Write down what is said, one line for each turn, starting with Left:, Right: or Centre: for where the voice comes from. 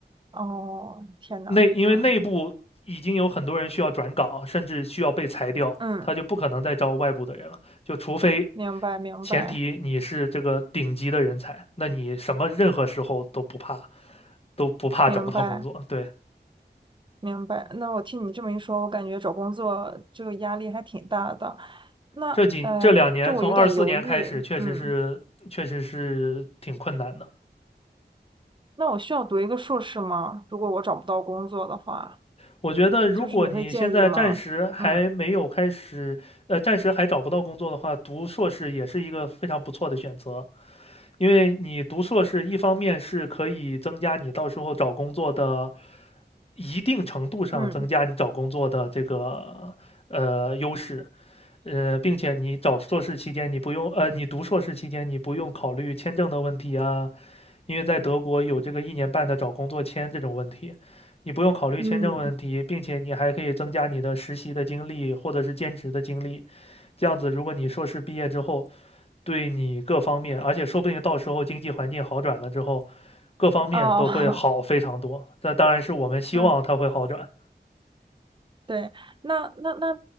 Right: 哦，天呐，
Left: 内因为内部已经有很多人需要转岗，
Right: 嗯
Left: 甚至需要被裁掉，
Right: 嗯，
Left: 他就不可能再招外部的人了，就除非
Right: 明白明白。
Left: 前提你是这个顶级的人才，那你什么任何时候都不怕，都不怕找不到工作。
Right: 明白，
Left: 对，
Right: 明白。那我听你这么一说，我感觉找工作这个压力还挺大的。那，
Left: 这几这两年从二四年开始，
Right: 哎，这我有点犹豫。
Left: 确实是确实是挺困难的。
Right: 嗯，那我需要读一个硕士吗？如果我找不到工作的话，
Left: 我觉得，如果你现在暂时还没有开始，
Right: 就是你会建议吗？嗯
Left: 呃，暂时还找不到工作的话，读硕士也是一个非常不错的选择。因为你读硕士，一方面是可以增加你到时候找工作的一定程度上增加你找工作的这个呃优势，
Right: 嗯
Left: 呃，并且你找硕士期间你不用呃，你读硕士期间你不用考虑签证的问题啊，因为在德国有这个一年半的找工作签这种问题，你不用考虑签证问题，
Right: 嗯，
Left: 并且你还可以增加你的实习的经历或者是兼职的经历，这样子如果你硕士毕业之后。对你各方面，而且说不定到时候经济环境好转了之后，各方面都会好非常多。
Right: 哦，
Left: 那当然是我们希望它会好转。
Right: <laughs> 嗯。对，那那那